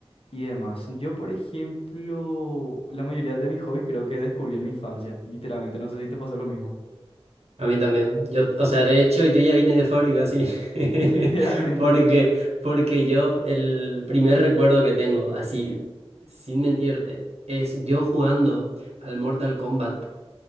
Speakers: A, on the left; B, on the right.
A: y demás. Yo, por ejemplo, la mayoría de mis hobbies creo que descubrí en mi infancia, literalmente, no sé si te pasó lo mismo.
B: A mí también. Yo, o sea, de hecho, yo ya vine de fábrica así. <laughs>
A: <laughs> Literalmente,
B: Porque,
A: sí.
B: porque yo el primer recuerdo que tengo, así, sin mentirte, es yo jugando al Mortal Kombat